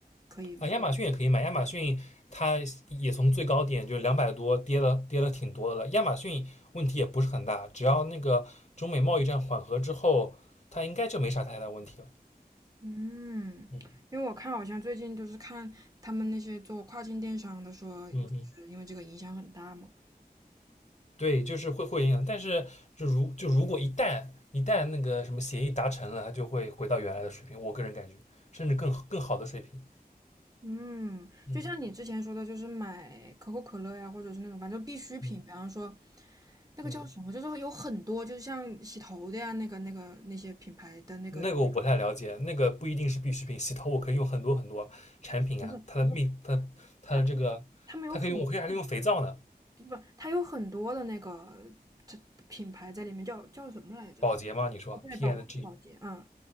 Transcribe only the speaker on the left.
啊，亚马逊也可以买，亚马逊它也从最高点就是两百多跌了，跌了挺多的了。亚马逊问题也不是很大，只要那个中美贸易战缓和之后，它应该就没啥太大问题了。
嗯
嗯嗯，对，就是会会影响，但是就如就如果一旦一旦那个什么协议达成了，它就会回到原来的水平，我个人感觉，甚至更更好的水平。
嗯
嗯
嗯，
那个我不太了解，那个不一定是必需品，洗头我可以用很多很多产品啊，
它的密，它的它的这个，
它可以用，我可以还可以用肥皂呢，
保洁吗？你说
P&G
N